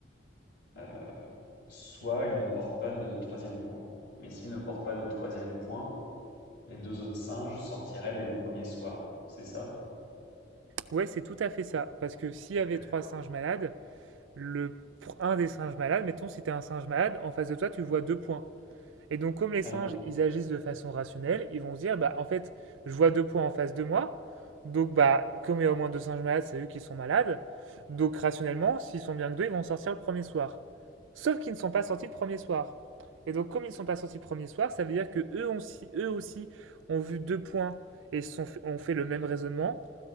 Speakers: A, on the left (about 70°); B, on the right (about 80°).
A: euh, soit il ne porte pas de troisième point. Mais s'il ne porte pas de troisième point, Les deux autres singes sortiraient dès le premier soir, c'est ça?
B: Ouais, c'est tout à fait ça, parce que s'il y avait
A: D'accord.
B: trois singes malades, le pr- un des singes malades, mettons si t'es un singe malade, en face de toi tu vois deux points. Et donc, comme les
A: Oui,
B: singes, ils agissent de façon rationnelle, ils vont se dire, bah, en fait, je vois deux points en face de moi. Donc, bah, comme il y a au moins deux singes malades, c'est eux qui sont malades. Donc, rationnellement, s'ils sont bien que deux, ils vont sortir le premier soir. Sauf qu'ils ne sont pas sortis le premier soir. Et donc, comme ils ne sont pas sortis le premier soir, ça veut dire que eux, ont si- eux aussi ont vu deux points et sont ont fait le même raisonnement.